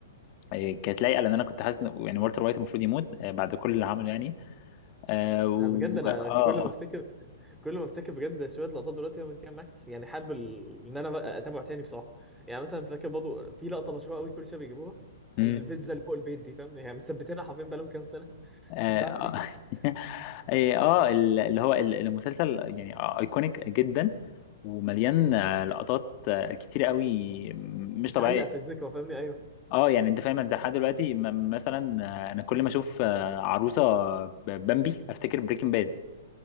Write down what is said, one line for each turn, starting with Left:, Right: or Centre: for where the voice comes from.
Left: آه، كانت لايقه لان انا كنت حاسس إن- يعني والتر وايت المفروض يموت آه، بعد كل اللي عمله يعني اه و...
Centre: انا بجد انا
Left: اه
Centre: كل ما
Left: اه
Centre: افتكر كل ما افتكر بجد شويه لقطات دلوقتي وأنا بتكلم معاك يعني حابب ال- ان انا بقى اتابعه تاني بصراحه يعني مثلا فاكر برضه في لقطه مشهوره قوي كل شويه بيجيبوها
Left: مم.
Centre: البيتزا اللي فوق البيت دي فاهم يعني مثبتينها حرفيا بقالهم كام سنه <laughs>
Left: اه
Centre: مش عارف
Left: آه.
Centre: ليه
Left: <laughs> إيه، آه، ال- اللي هو ال- المسلسل يعني ايكونيك جدا ومليان آه، لقطات آه، كتير قوي مش
Centre: تتعلق
Left: طبيعيه
Centre: في الذكرى فاهمني ايوه
Left: اه يعني انت فاهم انت لحد دلوقتي م- مثلا آه، انا كل ما اشوف آه، عروسه ب- بامبي افتكر بريكنج باد